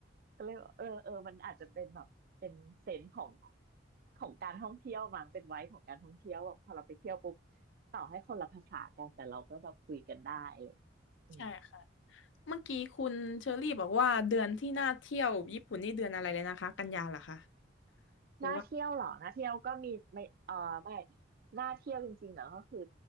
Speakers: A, on the right; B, on the left.
A: ก็เลยบอกเออเออมันอาจจะเป็นแบบเป็นเซนส์ของของการท่องเที่ยวมั้งเป็นไว้ของการท่องเที่ยวแบบพอเราไปเที่ยวปุ๊บต่อให้คนละภาษากันแต่เราก็แบบคุยกันได้อะไรอย่างเลยอืม
B: ใช่ค่ะเมื่อกี้คุณเชอรี่บอกว่าเดือนที่น่าเที่ยวญี่ปุ่นนี่เดือนอะไรเลยนะคะกันยาเหรอคะหรือว่า
A: น่าเที่ยวเหรอน่าเที่ยวก็มีไม่เออไม่น่าเที่ยวจริงๆเหรอก็คือ